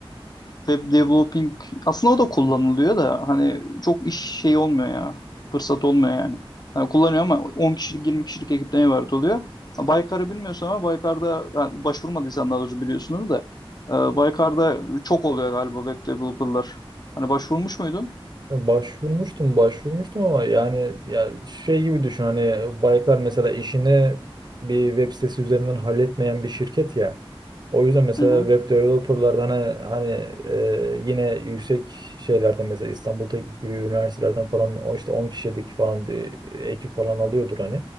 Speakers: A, on the left; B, on the right.
A: web developing aslında o da kullanılıyor da hani çok iş şey olmuyor ya. Fırsat olmuyor yani. Hani kullanıyor ama 10 kişilik 20 kişilik ekipten ibaret oluyor. Ha, Baykar'ı bilmiyorsun ama Baykar'da yani başvurmadıysan daha doğrusu biliyorsunuz da e, Baykar'da çok oluyor galiba web developer'lar. Hani başvurmuş muydun?
B: Başvurmuştum, başvurmuştum ama yani ya şey gibi düşün hani Baykar mesela işini bir web sitesi üzerinden halletmeyen bir şirket ya. O yüzden mesela
A: Hı hı,
B: web developerlarda hani hani e, yine yüksek şeylerden mesela İstanbul Teknik gibi üniversitelerden falan o işte 10 kişilik falan bir ekip falan alıyordur hani